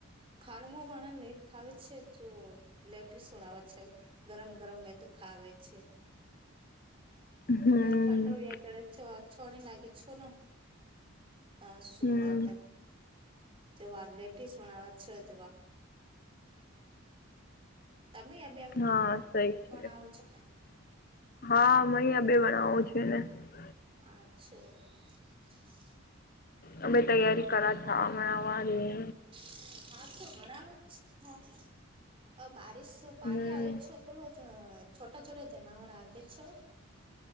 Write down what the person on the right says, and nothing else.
<unintelligible> <unintelligible>
<unintelligible> <unintelligible>
<unintelligible> <unintelligible>
વણાવો છો <unintelligible>
<unintelligible>
<inaudible> છોટા-છોટા જનાવર આવે છે.